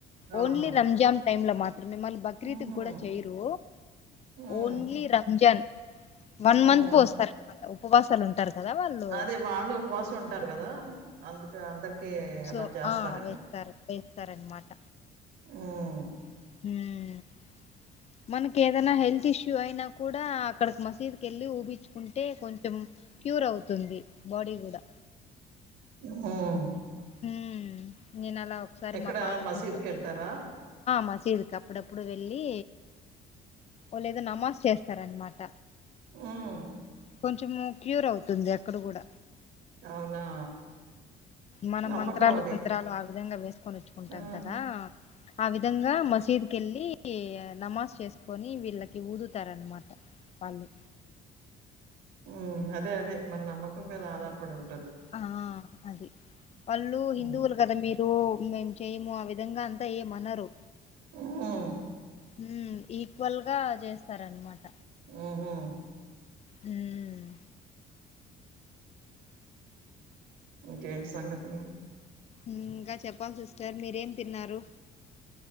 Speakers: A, on the right (about 85°); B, on the left (about 40°).
A: ఓహో!
B: ఓన్లీ రంజాన్ టైమ్ లో మాత్రం మిమ్మల్ని బక్రీద్
A: హుహు.
B: కూడా చేయరు
A: హ్మ్.
B: ఓన్లీ రంజాన్ వన్
A: హ్మ్.
B: మంత్ పోస్తారనమాట ఉపవాసాలు ఉంటారు కదా వాళ్ళు
A: అదే వాళ్ళు ఉపవాసం ఉంటారు గదా! అందుకు అందరికీ
B: సో
A: అలా చేస్తారేమో.
B: ఆ వేస్తారు వేస్తారనమాట
A: హ్మ్
B: మ్ మనకి ఏదైనా హెల్త్ ఇష్యూ అయినా కూడా అక్కడకి మసీద్ క వెళ్ళి ఊపించుకుంటే కొంచెం క్యూర్ అవుతుంది బాడీ కూడా
A: హ్మ్
B: హ్మ్మ్ నేనక్ అలా ఒకసారి
A: ఎక్కడ
B: మా పాపకు
A: మసీద్‌కెళ్తారా?
B: మ సీదుకి అప్పుడప్పుడు వెళ్ళి ఓ లేదు నమాజ్ చేస్తారనమాట
A: హ్మ్
B: కొంచెం క్యూర్ అవుతుంది అక్కడ కూడ
A: అవునా
B: మనం
A: నమ్మకం
B: మంత్రాలు
A: అది.
B: తంత్రాలు ఆ విధంగ వేసుకొని వచ్చుకుంటాం
A: ఆ!
B: కదా అవి విధంగా మసీద్ కెళ్ళి నమాజ్ చేసుకొని వీళ్ళకి ఊదుతారన్నమాట వాళ్ళు
A: హ్మ్ అదే అదే మన నమ్మకం మీద ఆధారపడి ఉం
B: ఆ అది వాళ్ల్ళు
A: హ్మ్.
B: హిందువుల గద మీ మేం చెయము ఆ విధంగ అంతా ఏం అనరు
A: హ్మ్
B: హ్మ్ ఈక్వల్ గా చేస్తారనమాట
A: ఊహు
B: హ్మ్మ్
A: ఇంకేంటి సంగతులు
B: ఇంగా చెప్పాలి సిస్టర్ మీరేం తిన్నారు